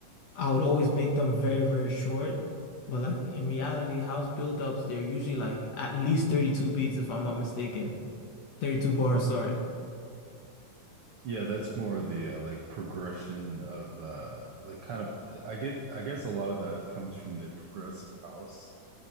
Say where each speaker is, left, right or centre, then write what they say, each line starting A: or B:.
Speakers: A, on the left; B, on the right.
A: I would always make them very, very short. But like in reality, house build-ups, they're usually like at least 32 beats if I'm not mistaken. 32 bars, sorry.
B: Yeah, that's more of the uh, like progression of uh like kind of I get I guess a lot of that comes from the progressive house